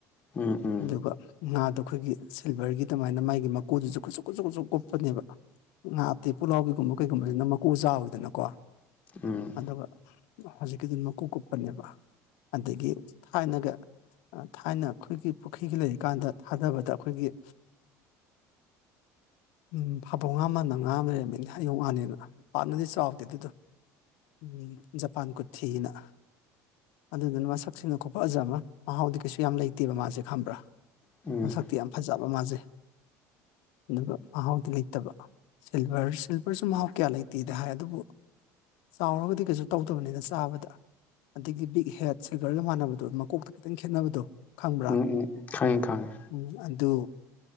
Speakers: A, on the left; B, on the left.
A: ꯎꯝ ꯎꯝ
B: ꯑꯗꯨꯒ ꯉꯥꯗꯣ ꯑꯩꯈꯣꯏꯒꯤ ꯁꯤꯜꯚꯔꯒꯤ ꯑꯗꯨꯃꯥꯏꯅ ꯃꯥꯒꯤ ꯃꯀꯨꯗꯨꯁꯨ ꯀꯨꯁꯨ ꯀꯨꯁꯨ ꯀꯨꯁꯨ ꯀꯨꯞꯄꯅꯦꯕ ꯉꯥꯗꯤ ꯄꯨꯛꯂꯥꯎꯕꯤꯒꯨꯝꯕ ꯀꯩꯒꯨꯝꯕꯁꯤꯅ ꯃꯀꯨ ꯆꯥꯎꯋꯤꯗꯅ ꯀꯣ
A: ꯎꯝ
B: ꯑꯗꯨꯒ ꯍꯧꯖꯤꯛꯀꯤꯗꯤ ꯃꯀꯨ ꯀꯨꯞꯄꯅꯦꯕ ꯑꯗꯒꯤ ꯊꯥꯏꯅꯒ ꯊꯥꯏꯅ ꯑꯩꯈꯣꯏꯒꯤ ꯄꯨꯈ꯭ꯔꯤꯒ ꯂꯩꯔꯤꯀꯥꯟꯗ ꯊꯥꯗꯕꯗ ꯑꯩꯈꯣꯏꯒꯤ ꯎꯝ ꯐꯥꯕꯧ ꯉꯥ ꯃꯥꯟꯕ ꯉꯥ ꯑꯃ ꯂꯩꯔꯝꯒꯅꯤ ꯑꯌꯣꯛ ꯉꯥꯅꯦꯅ ꯄꯥꯛꯅꯗꯤ ꯆꯥꯎꯗꯦ ꯑꯗꯨꯗꯣ ꯎꯝ ꯖꯄꯥꯟ ꯀꯨꯊꯤꯅ ꯑꯗꯨꯗꯨꯅ ꯃꯁꯛ ꯃꯁꯛꯁꯤꯅ ꯈꯨꯐꯖ ꯑꯃ ꯃꯍꯥꯎꯗꯤ ꯀꯩꯁꯨ ꯌꯥꯝ ꯂꯩꯇꯦꯕ ꯃꯥꯁꯦ ꯈꯪꯕ꯭ꯔꯥ
A: ꯎꯝ
B: ꯃꯁꯛꯇꯤ ꯌꯥꯝ ꯐꯖꯕ ꯃꯥꯖꯦ ꯑꯗꯨꯒ ꯃꯍꯥꯎꯗꯤ ꯂꯩꯇꯕ ꯁꯤꯜꯚꯔ ꯁꯤꯜꯚꯔꯁꯨ ꯃꯍꯥꯎ ꯀꯌꯥ ꯂꯩꯇꯦꯗꯤ ꯍꯥꯏ ꯑꯗꯨꯕꯨ ꯆꯥꯎꯔꯒꯗꯤ ꯀꯩꯁꯨ ꯇꯧꯗꯕꯅꯤꯗ ꯆꯥꯕꯗ ꯑꯗꯒꯤ ꯕꯤꯛ ꯍꯦꯠꯁ ꯁꯤꯜꯚꯔꯒ ꯃꯥꯟꯅꯕꯗꯣ ꯃꯀꯣꯛꯇ ꯈꯤꯇꯪ ꯈꯦꯠꯅꯕꯗꯣ ꯈꯪꯕ꯭ꯔꯥ
A: ꯎꯝ ꯎꯝ ꯈꯪꯉꯦ ꯈꯪꯉꯦ
B: ꯎꯝ ꯑꯗꯨ